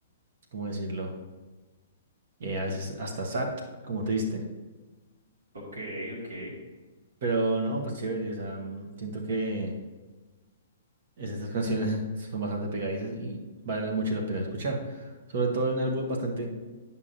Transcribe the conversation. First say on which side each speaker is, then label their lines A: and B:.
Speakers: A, on the right; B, on the right.
A: ¿cómo decirlo? Eh, a veces hasta sad, como triste,
B: ok, ok.
A: pero no, pues chévere, o sea, mm, siento que es- estas canciones <laughs> son bastante pegadizas y vale
B: <laughs>
A: mucho la
B: Ujú.
A: pena escuchar. Sobre todo hay un álbum bastante